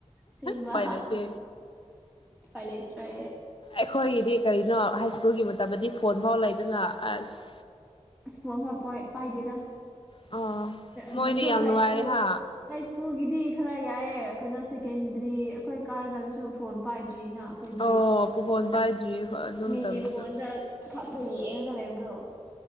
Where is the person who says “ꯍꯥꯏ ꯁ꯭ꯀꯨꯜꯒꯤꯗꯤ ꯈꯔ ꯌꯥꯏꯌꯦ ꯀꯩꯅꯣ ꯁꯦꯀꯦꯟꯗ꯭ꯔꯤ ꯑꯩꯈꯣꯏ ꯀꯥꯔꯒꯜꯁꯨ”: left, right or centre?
Centre